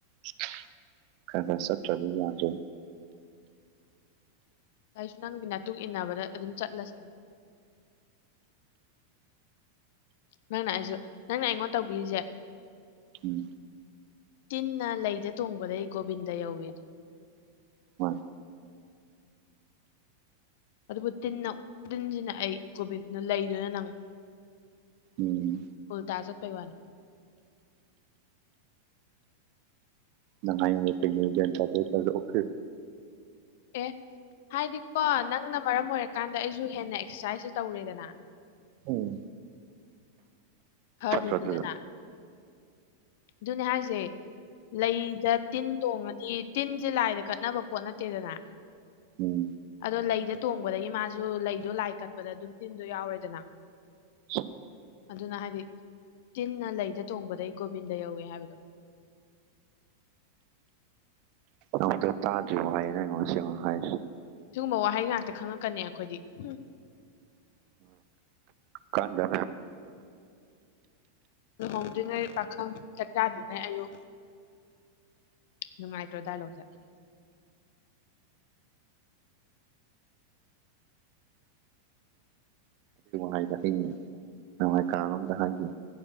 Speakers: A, on the right; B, on the left.
A: ꯈꯔ ꯈꯔ ꯁꯠꯇ꯭ꯔꯕꯤ ꯌꯥꯖꯦ
B: ꯑꯩꯁꯨ ꯅꯪꯒꯤꯅ ꯃꯇꯨꯡꯛ ꯏꯟꯅꯕꯗ ꯑꯗꯨꯝ ꯆꯠꯂꯁꯤ ꯅꯪꯅ ꯑꯩꯁꯨ ꯅꯪꯅ ꯑꯩꯉꯣꯟꯗ ꯇꯧꯕꯤꯔꯤꯁꯦ
A: ꯎꯝ
B: ꯇꯤꯟꯅ ꯂꯩꯗ ꯇꯣꯡꯕꯗ ꯑꯩ ꯒꯣꯕꯤꯟꯗ ꯌꯧꯋꯤ ꯑꯗꯨ
A: ꯍꯣꯏ
B: ꯑꯗꯨꯕꯨ ꯇꯤꯟꯅ ꯇꯤꯟꯁꯤꯅ ꯑꯩ ꯀꯒꯣꯕꯤꯅ ꯂꯩꯗꯨꯅ ꯅꯪ
A: ꯎꯝ
B: ꯐꯨꯜꯇꯥꯖꯠ ꯄꯩꯕꯅꯤ
A: ꯅꯪꯉ ꯄꯩ ꯇ ꯑꯣꯦ
B: ꯑꯦ ꯍꯥꯏꯗꯤꯀꯣ ꯅꯪꯅ ꯃꯔꯝ ꯑꯣꯏꯔꯛ ꯀꯥꯟꯗ ꯑꯩꯁꯨ ꯍꯦꯟꯅ ꯑꯦꯛꯁꯔꯁꯥꯏꯖꯁꯦ ꯇꯧꯔꯦꯗꯅ
A: ꯎꯝ
B: ꯍꯗꯤꯗꯅꯥ
A: ꯐꯠꯇ꯭ꯔꯣ ꯑꯗꯨꯗꯣ
B: ꯑꯗꯨꯅꯦ ꯍꯥꯏꯁꯦ ꯂꯩꯗ ꯇꯤꯟ ꯇꯣꯡꯉꯗꯤ ꯇꯤꯟꯁꯦ ꯂꯥꯏꯗ ꯀꯠꯅꯕ ꯄꯣꯠ ꯅꯠꯇꯦꯗꯅ
A: ꯎꯝ
B: ꯑꯗꯣ ꯂꯩꯗ ꯇꯣꯡꯕꯗꯒꯤ ꯃꯥꯁꯨ ꯂꯩꯗꯣ ꯂꯥꯏ ꯀꯠꯄꯗ ꯑꯗꯨꯝ ꯇꯤꯟꯗꯣ ꯌꯥꯎꯔꯦꯗꯅ
A: <inaudible>
B: ꯑꯗꯨꯅ ꯍꯥꯏꯗꯤ ꯇꯤꯟꯅ ꯂꯩꯗ ꯇꯣꯡꯕꯗꯩ ꯒꯣꯕꯤꯟꯗ ꯌꯧꯋꯦ ꯍꯥꯏꯕꯗꯣ
A: ꯑꯃꯨꯛꯇ ꯇꯥꯗ꯭ꯔꯤꯕꯣ ꯍꯥꯏꯌꯦꯅ ꯑꯩꯩꯅ ꯉꯁꯤ ꯑꯃꯉꯛ ꯍꯥꯏꯔꯤꯁꯤꯦ
B: ꯁꯤꯒꯨꯝꯕ ꯋꯥꯍꯩ ꯉꯥꯛꯇ ꯈꯪꯉꯛꯀꯅꯤ ꯑꯩꯈꯣꯏꯗꯤ ꯎ
A: ꯀꯥꯟꯗ
B: ꯂꯨꯍꯣꯡꯗ꯭ꯔꯤꯉꯩ ꯄꯥꯈꯪ ꯆꯥꯛꯇꯥꯗ꯭ꯔꯤꯉꯩ ꯑꯌꯨꯛ ꯅꯨꯡꯉꯥꯏꯇ꯭ꯔꯣ ꯗꯥꯏꯂꯣꯁꯦ
A: ꯅꯨꯡ ꯀ ꯍ ꯅꯅꯨꯡꯉꯥꯏ ꯀꯥꯅꯝꯗ ꯍꯥꯏꯒ